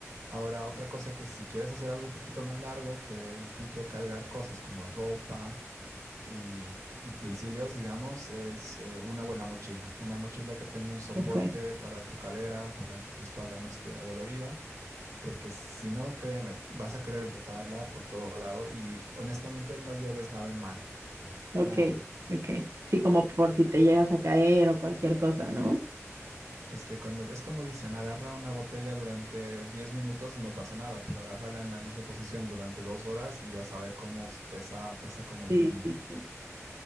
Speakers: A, on the right; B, on the right.
A: Ahora, otra cosa que si quieres hacer algo un poquito más largo que implique cargar cosas como ropa, Y utensilios, digamos, es eh, una buena mochila. Una mochila que tenga un soporte
B: Ok,
A: para tu cadera, para que tu espalda no esté adolorida. Porque si no, créeme, vas a querer botarla por todo lado y honestamente no lleves nada en mano.
B: ok,
A: Nada.
B: ok. Sí, como por si te llegas a caer o cualquier cosa, ¿no?
A: Es que cuando es como dicen, agarra una botella durante 10 minutos, no pasa nada, pero agarrarla en la misma posición durante dos horas y vas a ver cómo s- pesa, pesa como el
B: Sí,
A: mundo.
B: sí, sí.